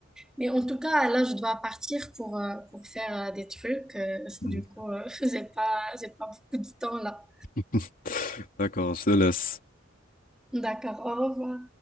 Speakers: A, in the centre; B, on the left.
A: Mais en tout cas, là, je dois partir pour, euh, pour faire euh, des trucs, euh, <laughs> du
B: Mm.
A: coup, euh, <laughs> j'ai pas, j'ai pas beaucoup de temps là.
B: <laughs> D'accord, je te laisse.
A: D'accord, au revoir.